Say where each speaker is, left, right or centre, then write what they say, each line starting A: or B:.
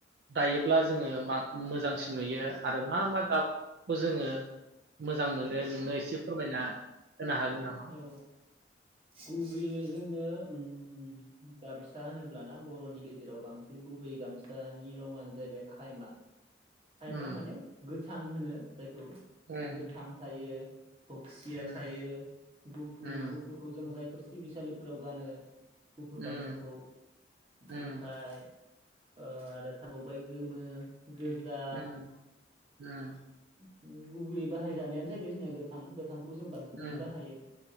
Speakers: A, on the right (about 60°); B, on the right (about 30°).
A: दायोब्ला जोङो मा मोजांसिन नुयो आरो मा मा गाबखौ जोङो मोजां मोनो नोंनो एसे फोरमायना होनो हागोन नामा?
B: औ गुबैयैनो जोंनो ओम गामसा होनोब्लाना बर'नि गेजेराव बांसिन गुबै गामसानि रंङानो जाहैबाय खायमा खायमा
A: उम
B: माने गो थां होनो जायखौ
A: उम
B: गोथां थायो फक्सिया
A: उम
B: थायो गुफुर
A: उम
B: गुफुरखौ जों जायफोर सिबिसालिफोराव गानो गुफुर गामसाखौ
A: उम
B: ओमफ्राय
A: उम
B: आरो थाबावबाय गोमो गोजा
A: उम <inaudible>
B: गुबैयै बाहायजानायानो जाहैबाय जोंनिया गोथां गोथां खौ जों बांसिनानो
A: उम
B: बाहायो